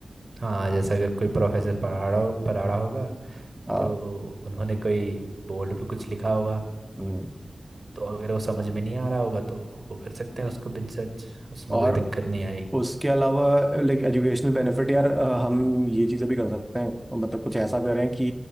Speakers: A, on the right; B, in the centre.
A: हाँ जैसे अगर कोई प्रोफेसर पढ़ा रहा हो पढ़ा रहा होगा
B: हाँ
A: तो उन्होंने कोई बोर्ड पे कुछ लिखा होगा
B: हम्म।
A: तो अगर वो समझ में नहीं आ रहा होगा तो वो कर सकते हैं उसको बिन सर्च उसमें
B: और
A: कोई दिक्कत नहीं आएगी
B: उसके अलावा लाइक एजुकेशनल बेनिफिट यार अ, हम ये चीज़ें भी कर सकते हैं मतलब कुछ ऐसा करें कि